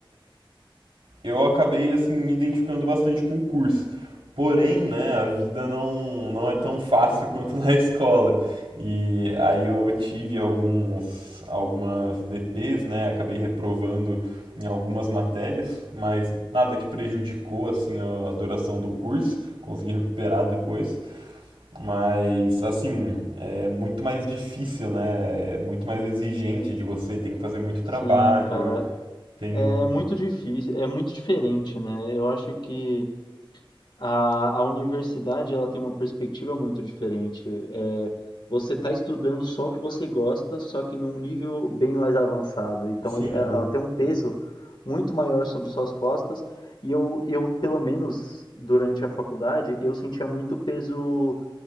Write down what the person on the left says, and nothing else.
Aham.
Sim, cara.
É muito difícil, é muito diferente, né? Eu acho que A, a universidade ela tem uma perspectiva muito diferente. É, você está estudando só o que você gosta, só que num nível bem mais avançado. Então
ele- ela tem um peso muito maior sobre suas costas. E eu, eu, pelo menos durante a faculdade, eu sentia muito peso